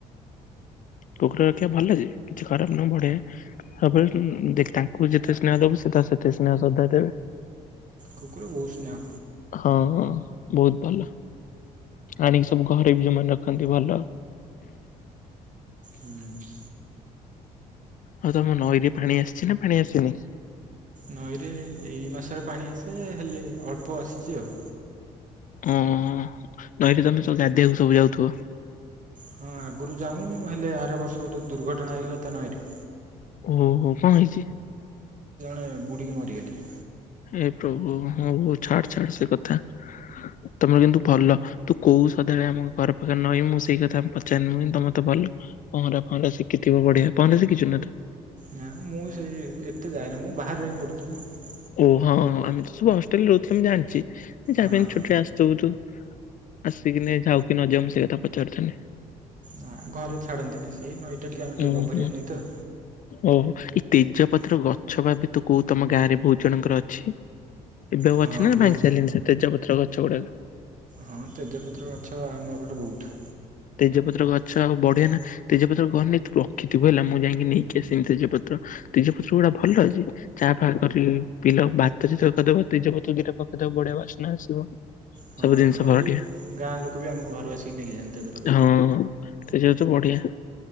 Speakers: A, on the left (about 45°); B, on the right (about 45°).
A: କୁକୁର ରଖିଆ ଭଲ ଯେ କିଛି ଖରାପ ନୁହଁ ବଢଆ। ସବୁବେଳେ ଦେଖ ତାଙ୍କୁ ଯେତେ ସ୍ନେହ ଦବୁ ତ ସେତେ ସ୍ନେହ ଶ୍ରଦ୍ଧା ଦେବେ।
B: କୁକୁର ବହୁତ ସ୍ନେହ।
A: ହଁ ହଁ ବହୁତ ଭଲ। ଆଣିକି ସବୁ ଘରେ ବି ଯୋଉମାନେ ରଖନ୍ତି ଭଲ।
B: ହୁଁ।
A: ହଉ ତମ ନଈରେ ପାଣି ଆସିଛି ନା ପାଣି ଆସିନି?
B: ନଈରେ ଏଇ ମାସରେ ପାଣି ଆସେ, ହେଲେ ଅଳ୍ପ ଆସିଛି ଆଉ।
A: ଉମ୍ ନଈରେ ତମେ ସବୁ ଗାଧେଇବାକୁ ସବୁ ଯାଉଥବ?
B: ହଁ ଆଗରୁ ଯାଉଁ ହେଲେ ଆର ବର୍ଷ ଗୋଟେ ଦୁର୍ଘଟଣା ହେଇଗଲା ତ ନଈରେ।
A: ଓହୋ। କଣ ହେଇଚି?
B: ଏ ବୁଡ଼ିିକି ମରିଗଲେ।
A: ଏ ପ୍ରଭୁ। ହଉ ହଉ ଛାଡ ଛାଡ ସେ କଥା। ତମର କିନ୍ତୁ ଭଲ। ତୁ କୋଉ ସଦାବେଳେ ଆମ ଘର ପାଖରେ ନଈ ମୁଁ ସେଇ କଥା ପଚାରି ନୁହେଁ କିନ୍ତୁ ତମେ ତ ଭଲ ପହଁରା ପହଁରା ଶିଖିଥିବ ବଢିଆ। ପହଁରା ଶିଖିଛୁନା ତୁ?
B: ନା ମୁଁ ସେଇ ଏତେ ଯାଏନା ମୁଁ <unintelligible>
A: ଓ ହଁ ହଁ ଆମେ ତ ସବୁ ହଷ୍ଟେଲରେ ରହୁଥିଲୁ ମୁଁ ଜାଣିଚି। ଯାହାବି
B: ହଁ
A: ହେଲେ ଛୁଟିରେ ଆ ସବୁ ତୁ ଆସିକିନି ଯାଉ କି ନ ଯାଉ ସେ କଥା ପଚାରିଥାନ୍ତି।
B: ହଁ ଘରେ ଛାଡ଼ନ୍ତିନି ସେଇ ନଈଟା ଟିକେ ଆମର ଟିକେ
A: ଓହୋ
B: ଗଭୀରିଆ ନଈ ତ।
A: ଓହୋ। ଏଇ ତେଜପତ୍ର ଗଛ ବା ତୁ କଉ ତମ ଗାଁରେ ବହୁତ ଜଣଙ୍କର ଅଛି। ଏବେ ଆଉ
B: ହଁ
A: ଅଛି ନା
B: ବହୁତ
A: ଭାଙ୍ଗି ସାଇଲେଣି ସେ ତେଜପତ୍ର ଗଛ ଗୁଡାକ?
B: ହଁ ତେଜପତ୍ର ଗଛ ଆମ ଏପଟେ ବହୁତ।
A: ତେଜପତ୍ର ଗଛ ଆଉ ବଢେନା ତେଜପତ୍ର କହନି ତୁ ରଖିଥିବୁ ହେଲା। ମୁଁ ଯାଇଁକି ନେଇକି ଆସିମି ତେଜପତ୍ର। ତେଜପତ୍ର ଗୁଡା ଭଲ ଯେ, ଚା ଫା କରି ପିଇଲ। ଭାତ ଯେତେବେଳେ କରିଦବ ତେଜପତ୍ର ଦିଟା ପକେଇଦବ ବଢିଆ ବାସ୍ନା ଆସିବ।
B: ହଁ
A: ସବୁ ଜିନିଷ
B: ଆମର
A: ବଢିଆ
B: ଏଠି ଗାଁ ଲୋକ ବି ଆମ ଘରୁ ଆସିକି ନେଇକି ଯାଆନ୍ତି ତେଜପ
A: ହଁ ହଁ ତେଜପତ୍ର ବଢିଆ।